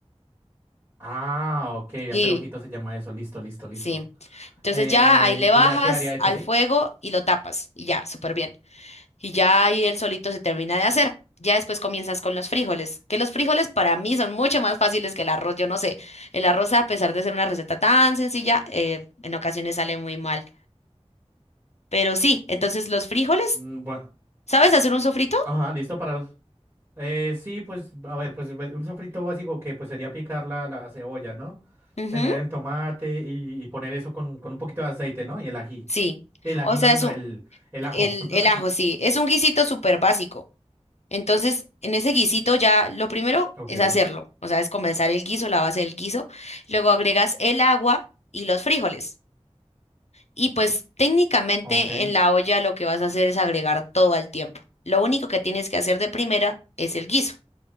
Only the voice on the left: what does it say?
Sí.
Sí. Entonces
ya ahí le bajas
al
fuego y lo tapas y ya, súper bien. Y ya ahí el solito se termina de hacer. Ya después comienzas con los frijoles, que los frijoles para mí son mucho más fáciles que el arroz. Yo no sé, el arroz a pesar de ser una receta tan sencilla, eh, en ocasiones sale muy mal. Pero sí, entonces los frijoles,
¿sabes hacer un sofrito?
Ujú,
Sí.
O sea,
es un,
El,
el ajo, sí. Es un guisito súper básico. Entonces, en ese guisito ya lo primero
es hacerlo. O sea, es comenzar el guiso, la base del guiso. Luego agregas el agua y los frijoles. Y pues técnicamente
en la olla lo que vas a hacer es agregar todo al tiempo. Lo único que tienes que hacer de primera es el guiso.